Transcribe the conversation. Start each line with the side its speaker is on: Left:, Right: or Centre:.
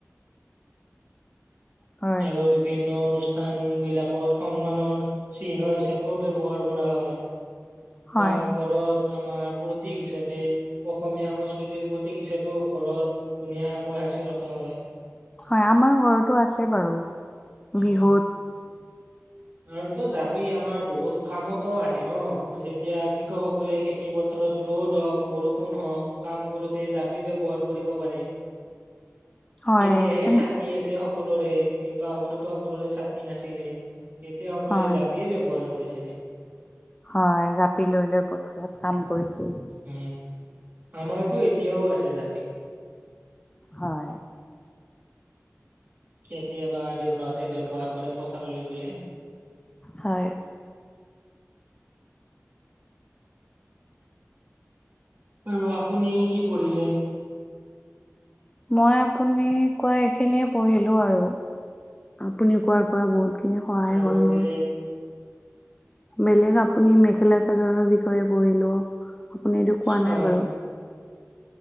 Left: হয়
Right: আৰু বিভিন্ন অনুষ্ঠান বিলাকত সন্মানৰ চিহ্ন হিচাপেও ব্যৱহাৰ কৰা হয়।
Left: হয়
Right: বা ঘৰত- আমাৰ প্ৰতীক হিচাপে, অসমীয়া সংস্কৃতিৰ প্ৰতীক হিচাপেও ঘৰত- ধুনীয়াকৈ সাঁচি ৰখা হয়।
Left: হয়, আমাৰ ঘৰতো আছে বাৰু।
Right: উম
Left: বিহুত
Right: আৰু তো জাপি আমাৰ বহুত কামতো আহে ন' যেতিয়া কৃষকসকলে খেতি- খেতি পথাৰত ৰ'দ হওক, বৰষুণ হওক, কাম কৰোতে জাপি ব্যৱহাৰ কৰিব পাৰে।
Left: হয়
Right: এতিয়াহে
Left: তেন
Right: ছাতি আছে- সকলোৰে কিন্তু আগতেটো সকলোৰে ছাতি নাছিলে। তেতিয়া সকলোৱে
Left: হয়
Right: জাপিয়ে ব্যৱহাৰ কৰিছিলে।
Left: হয়, জাপি লৈ-লৈ পথাৰত কাম কৰিছিল।
Right: উমঁ। আমাৰতো এতিয়াও আছে জাপি।
Left: হয়।
Right: কেতিয়াবা দেউতাহঁতে ব্যৱহাৰ কৰে পথাৰলৈ গ'লে।
Left: হয়।
Right: আৰু আপুনি কি পঢ়িলে?
Left: মই আপুনি কোৱা এইখিনিয়ে পঢ়িলো আৰু। আপুনি কোৱাৰ পৰা বহুত- খিনি সহায়
Right: আৰু
Left: হ'ল
Right: বেলেগ
Left: মোৰ। বেলেগ আপুনি মেখেলা চাদৰৰ বিষয়ে পঢ়িলো। আপুনি এইটো কোৱা
Right: হয়
Left: নাই বাৰু।